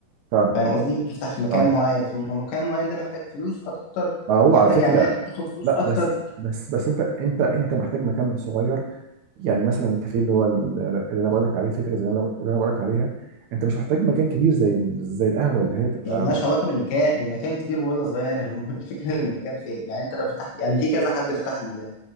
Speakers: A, on the right; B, on the left.
A: فعلا
B: فاهم قصدي تفتح في مكان
A: اه
B: معين في مكان معين ده محتاج فلوس اكتر
A: ما هو
B: محتاج
A: على فكره
B: عماله بتاخد فلوس
A: لا
B: اكتر
A: بس بس بس انت انت انت محتاج مكان صغير يعني مثلا الكافيه اللي هو اللي انا بقول لك عليه فكره زي اللي انا بقول لك عليها انت مش محتاج مكان كبير زي زي القهوه اللي هي تبقى
B: هي ملهاش
A: مك...
B: علاقه بالمكان بمكان كبير ولا صغير <laughs> الفكره ان المكان فين يعني انت لو فتحت يعني في كذا حد فتح ال-